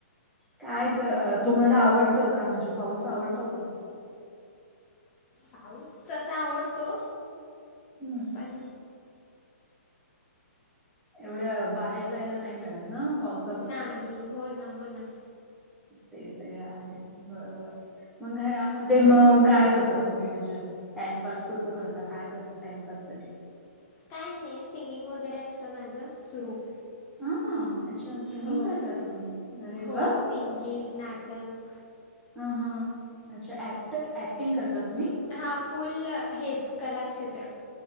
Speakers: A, in the centre; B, on the left.
A: काय क तुम्हाला आवडतं का म्हणजे पाऊस आवडतो का?
B: पाऊस तसा आवडतो
A: हम्म,
B: पण.
A: एवढं बाहेर जायला नाही मिळत ना पाऊस.
B: नाही हो ना हो ना.
A: ते सगळं आहे बरोबर, मग घरामध्ये मग काय करता. तुम्ही म्हणजे टाइमपास कसं करता काय करता टाइमपास साठी?
B: काय नाही सिंगिंग वगैरे असतं माझं सुरू.
A: हा, अच्छा सिंगिंग
B: हो
A: करता तुम्ही. अरे
B: हो
A: वा.
B: सिंगिंग, नाटक
A: ह हा अच्छा ऍक्ट ऍक्टिंग करता तुम्ही?
B: हा फुल्ल हेच कलाक्षेत्र,